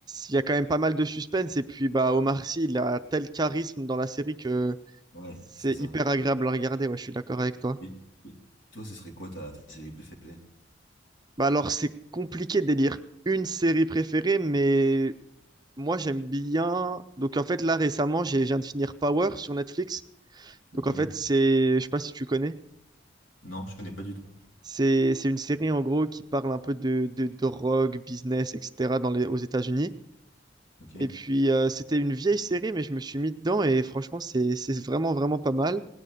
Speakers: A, on the right (about 20°); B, on the left (about 75°).
A: il y a quand même pas mal de suspense. Et puis, bah, Omar Sy, il a tel charisme dans la série que
B: Ouais,
A: c'est
B: c'est ça.
A: hyper agréable à regarder. Ouais, je suis d'accord avec toi.
B: Et, et toi, ce serait quoi ta, ta série préférée?
A: Bah, alors, c'est compliqué d'élire une série préférée, mais moi, j'aime bien. Donc, en fait, là, récemment, j'ai, je viens de finir Power sur Netflix.
B: Ok.
A: Donc, en fait, c'est, je sais pas si tu connais.
B: Non, je connais pas du tout.
A: C'est, c'est une série en gros qui parle un peu de, de drogue, business, etc. dans les, aux États-Unis.
B: Ok.
A: Et puis euh, c'était une vieille série, mais je me suis mis dedans et franchement c'est, c'est vraiment vraiment pas mal.